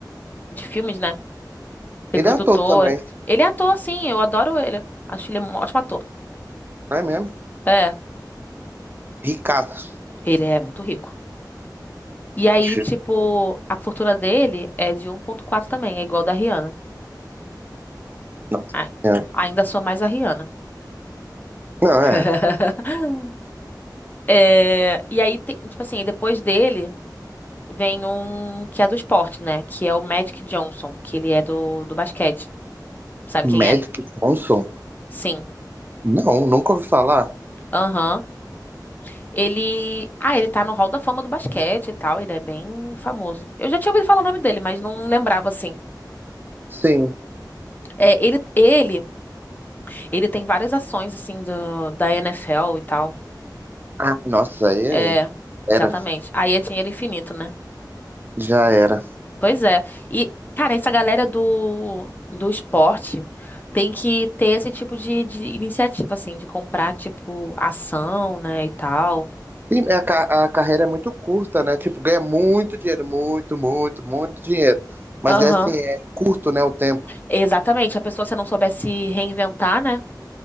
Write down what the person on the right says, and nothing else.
Ele
é ator também,
não é mesmo?
Ricaço.
Acho-
Nossa
Senhora.
Não,
é.
Magic
Johnson?
Não, nunca ouvi falar.
Sim.
Ah, nossa, aí é.
Era.
Já era.
Sim, é, a, ca- a carreira é muito curta, né? Tipo, ganha muito dinheiro, muito, muito, muito dinheiro. Mas
é assim, é curto, né, o tempo.